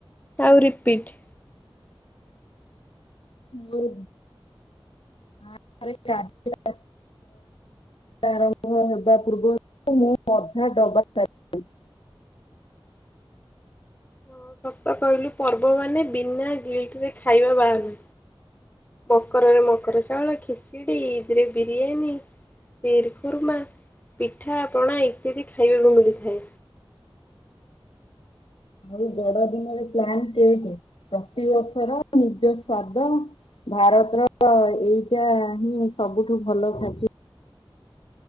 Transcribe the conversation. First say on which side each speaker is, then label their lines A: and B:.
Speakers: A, on the left; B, on the left.
A: ଆଉ ରିପିଟ
B: ମୋର <unintelligible> ଆରମ୍ଭ ହେବା ପୂର୍ବରୁ ମୁଁ ଅଧା ଡବା ସାରିଦେବି।
A: ହଁ ସତ କହିଲୁ ପର୍ବ ମାନେ ବିନା ଗେଟରେ ଖାଇବା ବାହାରୁନି ମକରରେ ମକର ଚାଉଳ ଖିଚିଡି ଇଦରେ ବିରିୟାନୀ ସିର ଖୁର୍ମା ପିଠା ପଣା ଇତ୍ୟାଦି ଖାଇବାକୁ ମିଳିଥାଏ।
B: ଆଉ ବଡ ଦିନରେ ପ୍ଲାନ କେକ୍ ପ୍ରତିିବର୍ଷର ନିଜ ସ୍ଵାଦ ଭାରତର ଏଇଟା ହିଁ ସବୁଠୁ ଭଲ ଖାଦ୍ୟ।